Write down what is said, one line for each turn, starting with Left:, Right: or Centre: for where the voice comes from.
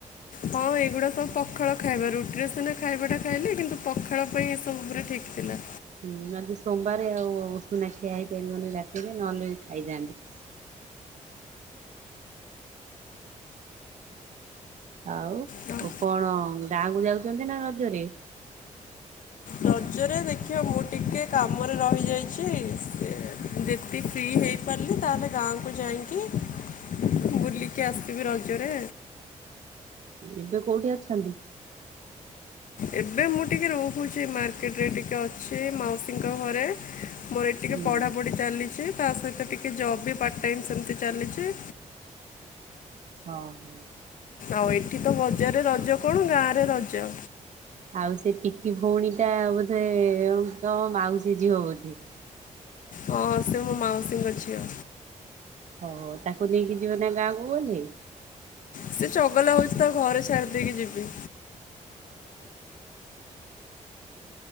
Left: ହଁ ଏଇଗୁଡ଼ା ସବୁ ପଖାଳ ଖାଇବାମ ରୁଟିର ସିନା ଖାଇବାଟା ଖାଇଲେ କିନ୍ତୁ ପଖାଳ ପାଇଁ ଏସବୁ ପୁରା ଠିକ୍ ଥିଲା।
Right: ହୁଁ। ଆଜି ସୋମବାରେ ଆଉ ଉଷୁନା ଖିଆ ହେଇପାରିବନି ରାତିରେ ନହେଲେ ଖାଇଥାନ୍ତି। ଆଉ
Left: ହଁ।
Right: କଣ ଗାଁକୁ ଯାଉଛନ୍ତି ନା ରଜରେ?
Left: ରଜରେ ଦେଖିଆ ମୁଁ ଟିକେ କାମରେ ରହିଯାଇଚି ସେ ଫ୍ରି ହେଇପାରିଲି ତାହେଲେ ଗାଁକୁ ଯାଇଁକି ବୁଲିକି ଆସିବି ରଜରେ।
Right: ଏବେ କୋଉଠି ଅଛନ୍ତି?
Left: ଏବେ ମୁଁ ଟିକେ ରହୁଛି ମାର୍କେଟରେ ଟିକେ ଅଛି ମାଉସୀଙ୍କ ଘରେ। ମୋର ଏଇଠି ଟିକେ
Right: ହୁଁ
Left: ପଢ଼ାପଢ଼ି ଚାଲିଚି। ତା ସହିତ ଟିକେ ଜବ୍ ବି ପାର୍ଟ ଟାଇମ୍ ସେମିତି ଚାଲିଚି।
Right: ହଁ ହଁ।
Left: ଆଉ ଏଠି ତ ବଜାରରେ ରଜ କଣ ଗାଁରେ ରଜ।
Right: ଆଉ ସେ ଟିକି ଭଉଣୀ ଟା ବୋଧେ ତମ ମାଉସି ଝିଅ ବୋଧେ?
Left: ହଁ ସେ ମୋ ମାଉସୀଙ୍କ ଝିଅ।
Right: ଓହୋ। ତାକୁ ନେଇକି ଯିବ ନା ଗାଁକୁ ଗଲେ?
Left: ସେ ଚଗଲା ହଉଚି ତାକୁ ଘରେ ଛାଡି ଦେଇକି ଯିବି।
Right: <inaudible>